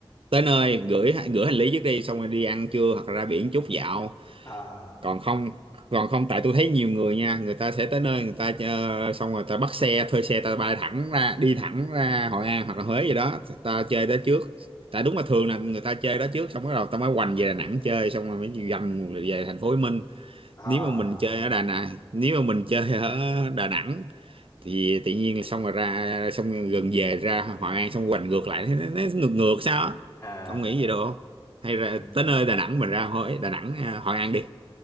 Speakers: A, on the right; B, on the left.
A: tới nơi gửi gửi hành lý trước đi xong rồi đi ăn trưa hoặc là ra biển chút dạo
B: À,
A: còn không còn không tại tôi thấy nhiều người nha người ta sẽ tới nơi người ta ờ, xong rồi ta bắt xe thuê xe ta bay thẳng ra đi thẳng ra Hội An hoặc là Huế gì đó ta chơi đó trước tại đúng là thường là người ta chơi đó trước xong bắt đầu ta mới hoành về Đà Nẵng chơi xong rồi mới dần về thành phố Hồ Chí Minh
B: à,
A: nếu mà mình chơi ở Đà Nẵng nếu mà mình chơi ở Đà Nẵng thì tự nhiên là xong rồi ra xong rồi gần về ra Hội An xong hoành ngược lại nó, nó ngược ngược sao á
B: à,
A: ông nghĩ gì được không hay là
B: ừ,
A: tới nơi Đà Nẵng mình ra Huế Đà Nẵng ờ, Hội An đi